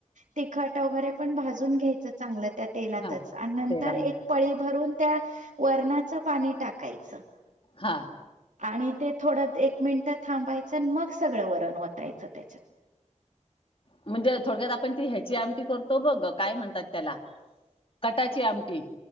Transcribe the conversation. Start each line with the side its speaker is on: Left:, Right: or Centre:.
Right: तिखट वगैरे पण भाजून घ्यायच चांगलं त्या तेलातच
Left: हां
Right: आणि नंतर
Left: तेलामध्ये
Right: एक पळी भरून त्या वरणाचं पाणी टाकायचं
Left: हं
Right: आणि ते थोड ते एक मिनट थांबायच मग सगळं वरण होतायचं त्याच्यात
Left: म्हणजे थोडक्यात आपण ती ह्याची आमटी करतो बघ काय म्हणतात त्याला कटाची आमटी.